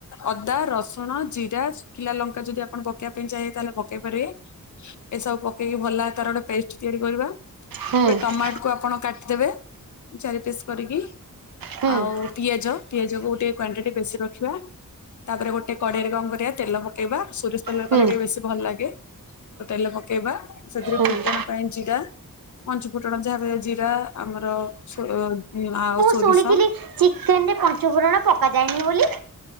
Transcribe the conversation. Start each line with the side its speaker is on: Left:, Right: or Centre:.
Left: ଅଦା ରସୁଣ ଜିରା। କିଲା ଲଙ୍କା ଯଦି ଆପଣ ପକେଇବା ପାଇଁ ଚାହେଁ ତାହେଲେ ପକେଇପାରିବେ। ଏସବୁ ପକେଇକି ଭଲ ତାର ଗୋଟେ ପେଷ୍ଟ ତିଆରି କରିବା ସେପ
Right: ହଁ ହୁଁ
Left: ଟମାଟକୁ ଆପଣ କାଟିଦେବେ। ଚାରି ପିସ୍ କରିକି
Right: ହୁଁ
Left: ଆଉ ପିଆଜ ପିଆଜକୁ ଗୋଟେ କ୍ଵାଣ୍ଟିଟି ବେଶୀ ରଖିବା। ତାପରେ ଗୋଟେ କଡ଼େଇରେ ଗମ କରିବା ତେଲ ପକେଇବା ସୋରିଷ ତେଲରେ
Right: ହୁଁ
Left: କଲେ ଟିକେ ବେଶୀ ଭଲ ଲାଗେ। ତ ତେଲ ପକେଇବା ସେଥିରେ
Right: ହୁଁ
Left: ଫୁଟଣ
Right: ମୁଁ
Left: ପାଇଁ ଜିରା ପଞ୍ଚୁ ଫୁଟଣ ଯାହା ଜିରା ଆମର ଓ ଆଉ ସୋରିଷ।
Right: ଶୁଣିଥିଲି ଚିକେନରେ ପଞ୍ଚଫୁଟଣ ପକାଯାଏନି ବୋଲି